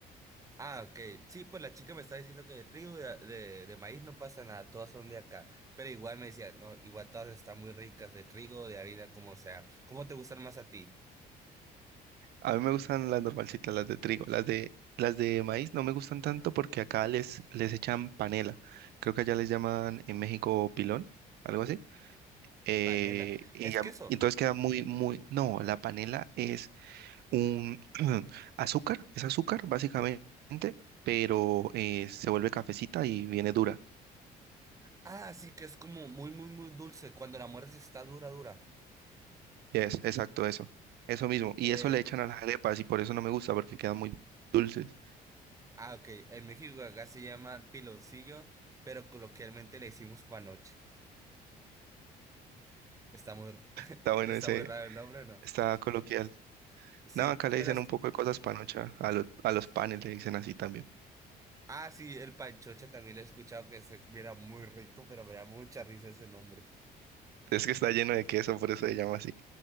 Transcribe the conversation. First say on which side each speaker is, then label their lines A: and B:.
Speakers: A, on the right; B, on the right.
A: Ah, ok. Sí, pues la chica me está diciendo que de trigo y de, de, de maíz no pasa nada, todas son de acá. Pero igual me decía, no, igual todas están muy ricas, de trigo, de harina, como sea. ¿Cómo te gustan más a ti?
B: A mí me gustan las normalcitas, las de trigo. Las de, las de maíz no me gustan tanto porque acá les, les echan panela. Creo que allá les llaman en México pilón, algo así. eh,
A: Panela.
B: y,
A: Es
B: ya-
A: queso.
B: y entonces queda muy, muy, no, la panela es un <clears throat> azúcar, es azúcar básicamente, pero eh, se vuelve cafecita y viene dura.
A: Ah, sí, que es como muy, muy, muy dulce. Cuando la muerte está dura, dura.
B: Es exacto eso, eso mismo. Y
A: Eh,
B: eso le echan a las arepas y por eso no me gusta porque quedan muy dulces.
A: ah, ok. En México acá se llama piloncillo, pero coloquialmente le decimos panocha. Está muy, <laughs>
B: Está bueno
A: está
B: ese,
A: muy raro el nombre, ¿no?
B: está coloquial.
A: Sí,
B: No, acá le
A: pero...
B: dicen
A: es-
B: un poco de cosas panocha, a, lo- a los
A: es-
B: panes le dicen así también.
A: Ah, sí, el panchocha también lo he escuchado que se mira muy rico, pero me da mucha risa ese nombre. <laughs>
B: Es que está lleno de queso, por eso se llama así.